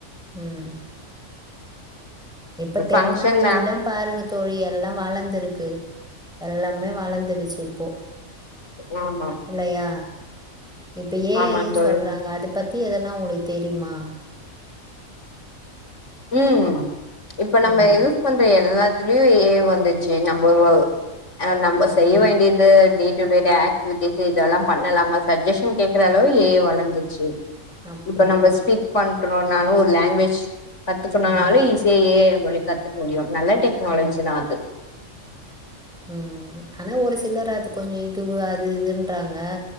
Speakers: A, in the centre; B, on the left (about 60°).
A: ம் இப்ப
B: ஒரு ஃபங்க்ஷன்
A: டெக்னாலஜில்லா
B: தா
A: பாருங்க தோழி யெல்லா வளர்ந்துருக்கு யெல்லாமே வளர்ந்துடுச்சு இப்போ
B: நோ நோ
A: இல்லையா இப்ப ஏ
B: ஆமா
A: ஐ ன்னு
B: தோழி
A: சொல்றாங்க அத பத்தி எதனா உங்களுக்கு தெரியுமா
B: ம் இப்ப நம்ம
A: ம்
B: யூஸ் யூஸ் பண்ற யெல்லாத்துலயு ஏ ஐ வந்துச்சு நம்ப நம்ப செய்ய
A: ம்
B: வேண்டிய து டேடு டேட்டு எக்டிவிடிஸ் இதெல்லா பண்ணலாமா சஜ்ஜசன் கேட் க்கிற அளவு ஏ ஐ வளந்துச்சு
A: அப்டியா
B: இப்ப நம்ம ஸ்பீக் பண்றனாலு ஒரு லாங்குவேஜ் கத்துக்கணுனாலு
A: ம்
B: ஈஸியா ஏ ஐ மொழி கத்துக்க முடியு நல்ல டெக்னாலஜி
A: ம்
B: தா அது
A: ம் ஆனா ஒரு சிலர் அது கொஞ்சோ இது அது இதுன்றாங்க